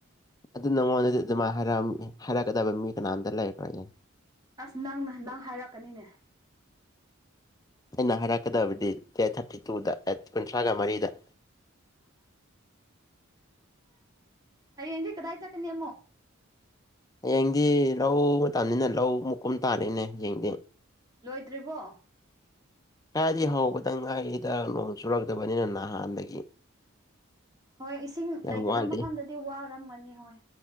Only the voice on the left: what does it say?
ꯑꯗꯨ ꯅꯪꯉꯣꯟꯗꯗꯤ ꯑꯗꯨꯃꯥꯏꯅ ꯍꯥꯏꯔ ꯍꯥꯏꯔꯛꯀꯗꯕ ꯃꯤ ꯀꯅꯥꯝꯇ ꯂꯩꯈ꯭ꯔꯣ
ꯑꯩꯅ ꯍꯥꯏꯔꯛꯀꯗꯕꯗꯤ ꯗꯦꯠ ꯊꯥꯔꯇꯤ ꯇꯨꯗ ꯇꯥꯔꯤꯛ ꯀꯨꯟꯊ꯭ꯔꯥꯒ ꯃꯔꯤꯗ
ꯍꯌꯦꯡꯗꯤ ꯂꯧ ꯃꯇꯝꯅꯤꯅ ꯂꯧ ꯃꯨꯀꯨꯝ ꯇꯥꯔꯛꯅꯦ ꯍꯌꯦꯡꯗꯤ
ꯀꯥꯏꯗꯤ ꯍꯧꯕꯗ ꯉꯥꯏꯔꯤꯗ ꯅꯣꯡ ꯆꯨꯔꯛꯇꯕꯅꯤꯅ ꯅꯍꯥꯟꯗꯒꯤ
ꯌꯥꯝ
ꯋꯥꯠꯂꯤ